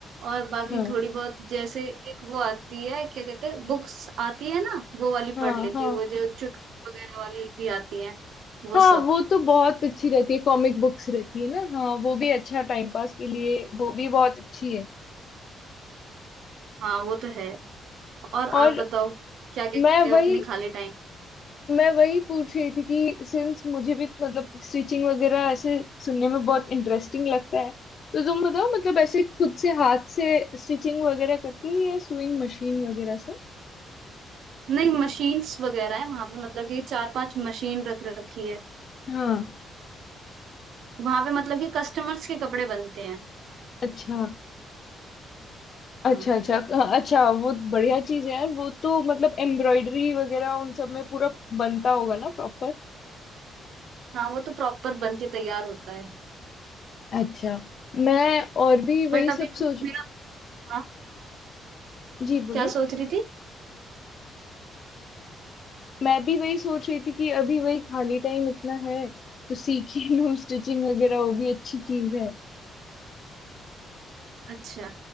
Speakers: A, on the right; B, on the left.
A: और बाकी
B: हाँ
A: थोड़ी बहुत जैसे एक वो आती है क्या कहते हैं बुक्स आती है ना वो वाली
B: हाँ
A: पढ़ लेती
B: हाँ
A: है वो जो चुटकुले वगैरह वाली भी आती है वो
B: हाँ
A: सब
B: वो तो बहुत अच्छी रहती है कॉमिक बुक्स रहती है ना हाँ वो भी अच्छा टाइम पास के लिए वो भी बहुत अच्छी है
A: हाँ वो तो है और
B: और
A: आप बताओ क्या क्या
B: मैं
A: करते
B: वही
A: हो अपने खाली टाइम
B: मैं वही पूछ रही थी कि सिंस मुझे भी मतलब स्टिचिंग वगैरह ऐसे सुनने में बहुत इंटरेस्टिंग लगता है तो तुम बताओ मतलब ऐसे खुद से हाथ से स्टिचिंग वगैरह करती हो या सुइंग मशीन वगैरह से
A: नहीं मशीन्स वगैरह है वहां पे मतलब कि चार पांच मशीन रख रखी है
B: हाँ
A: वहां पे मतलब कि कस्टमर्स के कपड़े बनते हैं
B: अच्छा अच्छा
A: हाँ
B: अच्छा हाँ, अच्छा वो बढ़िया चीज है यार वो तो मतलब एम्ब्रॉयडरी वगैरह उन सब में पूरा बनता होगा ना प्रॉपर
A: हाँ वो तो प्रॉपर बन के तैयार होता है
B: अच्छा मैं और भी वही
A: बट अभी
B: सब
A: मतलब
B: सोच
A: मेरा हाँ
B: जी बोली
A: क्या सोच रही थी
B: मैं भी वही सोच रही थी कि अभी वही खाली टाइम इतना है तो सीख ही <laughs> लूँ स्टिचिंग वगैरह वो भी अच्छी चीज है
A: अच्छा